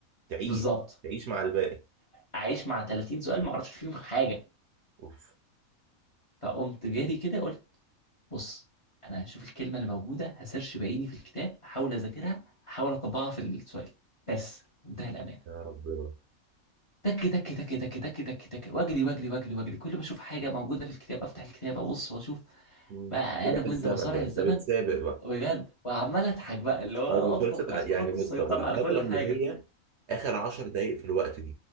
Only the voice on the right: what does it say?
تعيش
تعيش مع الباقي
اوف
يا ربنا
مم.
سباق
الزمن
بقى
انت بتسابق بقى
طب
وخلصت
ع-
يعني بص
طب الفترة
اللي
هي اخر عشر دقايق في الوقت دي